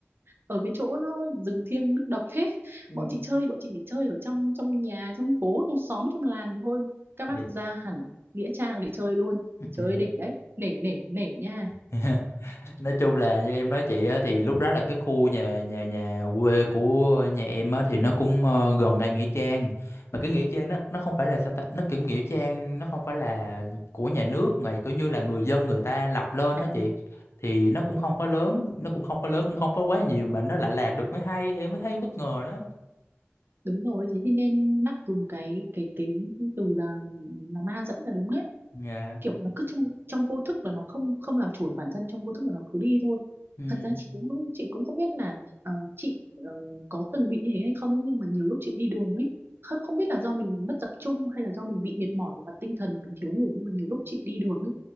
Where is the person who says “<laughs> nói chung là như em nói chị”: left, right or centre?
Left